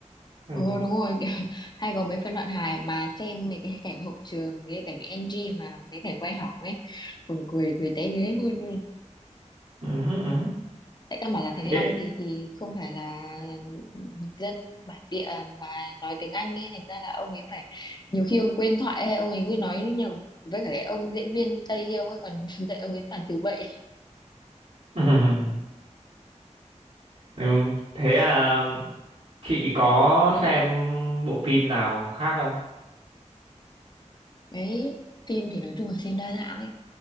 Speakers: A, on the right; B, on the left.
A: ừ.
B: Ừ, đúng rồi kiểu, <laughs> hay có mấy phân đoạn hài mà xem mấy cái cảnh hậu trường mấy cái cảnh NG mà mấy cảnh quay hỏng ấy buồn cười cười té ghế luôn
A: Ừ, ừ.
B: tại căn bản là Thành
A: thế
B: Long thì thì không phải là dân bản địa mà nói tiếng Anh ấy thành ra là ông ấy phải nhiều khi ông quên thoại hay ông ấy cứ nói nhầm với cả cái ông diễn viên Tây kia ông ấy còn <laughs> dạy ông ấy toàn từ bậy
A: <laughs> ừ. Ừ. thế à chị có xem bộ phim nào khác không
B: đấy phim thì nói chung là xem đa dạng ấy